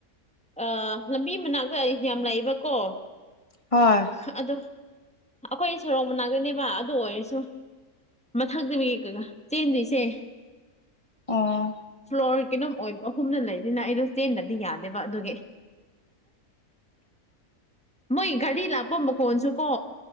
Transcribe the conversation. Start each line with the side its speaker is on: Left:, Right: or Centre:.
Centre: ꯑꯥ ꯂꯝꯕꯤ ꯃꯅꯥꯛꯇꯥ ꯌꯥꯝ ꯂꯩꯕꯀꯣ
Left: ꯍꯣꯏ
Centre: ꯍꯥ ꯑꯗꯨꯝ ꯑꯈꯣꯏ ꯁꯣꯔꯣꯛ ꯃꯅꯥꯛꯗꯅꯦꯕ ꯑꯗꯨ ꯑꯣꯏꯔꯁꯨ ꯃꯊꯛꯗꯋꯤ ꯀꯥꯒꯥ ꯆꯦꯟꯗꯣꯏꯁꯦ
Left: ꯑꯣ
Centre: ꯐ꯭ꯂꯣꯔ ꯀꯩꯅꯣꯝ ꯑꯣꯏꯕ ꯑꯍꯨꯝꯅ ꯂꯩꯕꯅꯤꯅ ꯑꯩꯗꯣ ꯆꯦꯟꯗꯗꯤ ꯌꯥꯗꯦꯕ ꯑꯗꯨꯒꯤ
Left: <inaudible>
Centre: ꯃꯣꯏ ꯒꯥꯔꯤ ꯂꯥꯛꯄ ꯃꯈꯣꯟꯁꯨ ꯀꯣ